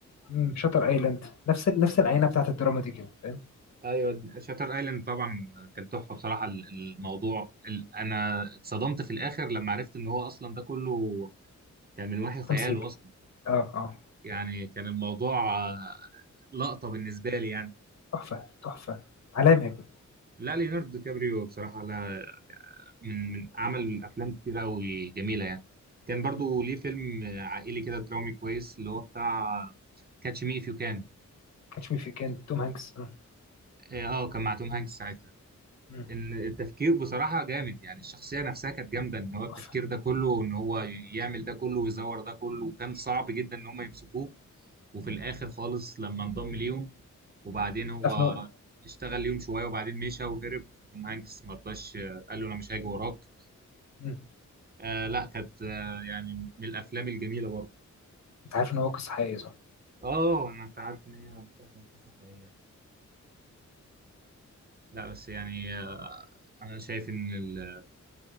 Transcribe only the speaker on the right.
آه،
ايوه شاتر ايلاند طبعا كانت تحفه بصراحه ال- الموضوع ال- انا اتصدمت في الاخر لما عرفت ان هو اصلا ده كله كان من وحي خياله
اصلا
يعني كان الموضوع آه، لقطة بالنسبة لي يعني
لا ليوناردو دي كابريو بصراحة لا من من عمل أفلام كتير أوي جميلة يعني كان برضو
ليه فيلم آه، عائلي كده درامي كويس اللي هو بتاع كاتش مي إف يو كان
اه آه، كان مع توم هانكس ساعتها
ان التفكير بصراحة جامد يعني الشخصية نفسها كانت جامدة ان هو التفكير
ده كله وان هو يعمل ده كله ويزور ده كله وكان صعب جدا ان هم يمسكوه وفي الاخر خالص لما انضم ليهم وبعدين هو
اشتغل ليهم شوية وبعدين مشى وهرب وتوم هانكس مرضاش آه، قال له انا مش هاجي وراك
آه لا كانت آه يعني من الافلام الجميلة برضه
اه انا انت عارف ان هي متاخدة من قصة حقيقية لا بس يعني آه انا شايف ان ال-